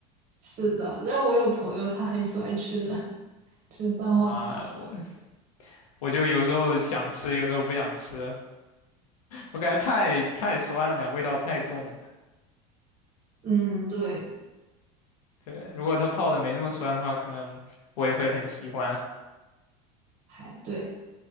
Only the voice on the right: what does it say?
是的，但我有朋友他很喜欢吃的，吃三花黄。
嗯，对，
排队。